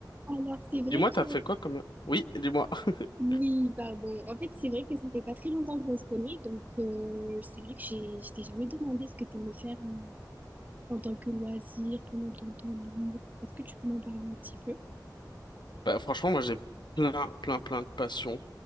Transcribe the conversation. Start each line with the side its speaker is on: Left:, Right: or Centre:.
Right: Alors, c'est vrai
Left: Dis-moi, t'as
Right: que,
Left: fait quoi comme... Oui, dis-moi. <laughs>
Right: oui, pardon. En fait, c'est vrai que ça fait pas très longtemps qu'on se connaît, donc euh, c'est vrai que j'ai, je t'ai jamais demandé ce que tu aimais faire euh, en tant que loisir, pendant ton temps libre. Est-ce que tu peux m'en parler un petit peu?
Left: Bah, franchement, moi, j'ai plein, plein, plein de passions.